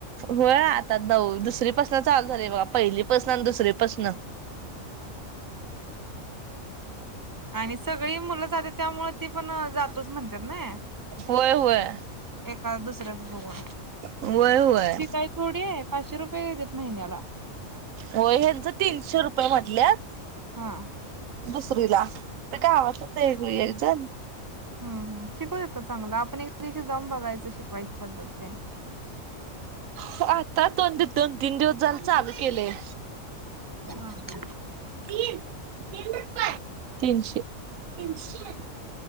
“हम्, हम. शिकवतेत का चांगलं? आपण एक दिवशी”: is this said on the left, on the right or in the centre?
Right